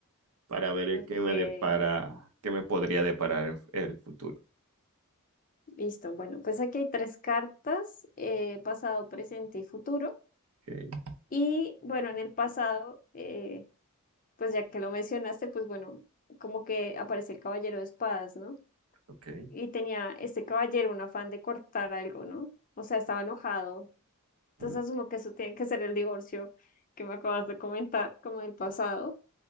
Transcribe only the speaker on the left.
ok,
listo. Bueno, pues aquí hay tres cartas, eh, pasado, presente y futuro.
Y bueno, en el pasado, eh, pues ya que lo mencionaste, pues bueno, como que aparece el caballero de espadas, ¿no?
Y tenía este caballero un afán de cortar algo, ¿no? O sea, estaba enojado Entonces
asumo que eso tiene que ser el divorcio que me acabas de comentar, como del pasado.